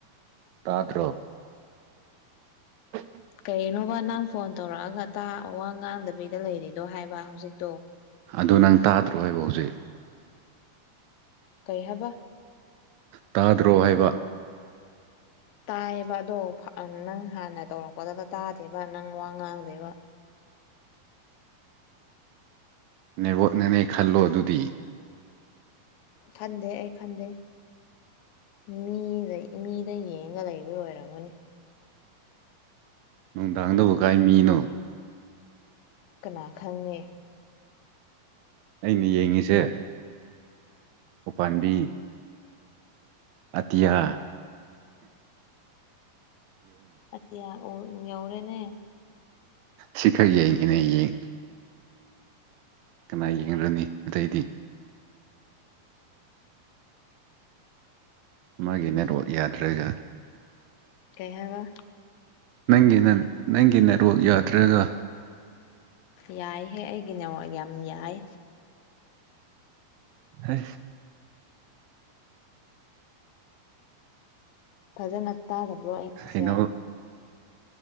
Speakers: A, on the right; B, on the left.
A: ꯇꯥꯗ꯭ꯔꯣ ꯍ
B: ꯀꯩꯅꯣꯕ ꯅꯪ ꯐꯣꯟ ꯇꯧꯔꯛꯑꯒ ꯇꯥ ꯋꯥ ꯉꯥꯡꯗꯕꯤꯗ ꯂꯩꯔꯤꯗꯣ ꯍꯥꯏꯕ ꯍꯧꯖꯤꯛꯇꯣ
A: ꯑꯗꯨ ꯅꯪ ꯇꯥꯗ꯭ꯔꯣꯕ ꯍꯧꯖꯤꯛ
B: ꯀꯩ ꯍꯥꯏꯕ
A: ꯇꯥꯗ꯭ꯔꯣ ꯍꯥꯏꯕ
B: ꯇꯥꯏꯌꯦꯕ ꯑꯗꯣ ꯅꯪ ꯍꯥꯟꯅ ꯇꯧꯔꯛꯄꯗꯒ ꯇꯥꯗꯦꯕ ꯅꯪ ꯋꯥ ꯉꯥꯡꯗꯦꯕ
A: ꯅꯦꯋꯣꯛꯅꯅꯦ ꯈꯜꯂꯣ ꯑꯗꯨꯗꯤ
B: ꯈꯟꯗꯦ ꯑꯩ ꯈꯟꯗꯦ ꯃꯤꯗ ꯃꯤꯗ ꯌꯦꯡꯉ ꯂꯩꯕ ꯑꯣꯏꯔꯝꯃꯅꯦ
A: ꯅꯨꯡꯗꯥꯡꯗꯕꯨ ꯀꯥꯏ ꯃꯤꯅꯣ
B: ꯀꯅꯥ ꯈꯪꯉꯦ
A: ꯑꯩꯅ ꯌꯦꯡꯉꯤꯁꯦ ꯎꯄꯥꯝꯕꯤ ꯑꯇꯌꯥ
B: ꯑꯇꯤꯌꯥ ꯌꯧꯔꯦꯅꯦ
A: ꯁꯤꯈꯔ ꯌꯦꯏ ꯏꯅꯦꯌꯦꯡ ꯀꯃꯥꯏꯅ ꯌꯦꯡ꯭ꯔꯅꯤ ꯑꯇꯩꯗꯤ ꯃꯥꯒꯤ ꯅꯦꯠꯋꯥꯛ ꯌꯥꯗ꯭ꯔꯒ
B: ꯀꯩꯕ
A: ꯅꯪꯒꯤ ꯅꯪꯒꯤ ꯅꯦꯠꯔꯣꯛ ꯌꯥꯗ꯭ꯔꯒ
B: ꯌꯥꯏꯍꯦ ꯑꯩꯒꯤꯅꯦ ꯌꯥꯝ ꯌꯥꯏ
A: ꯍ
B: ꯐꯖꯅ ꯇꯥꯗꯕ꯭ꯔꯣ ꯑꯩꯒꯤꯁꯦ
A: ꯍꯩꯅꯧ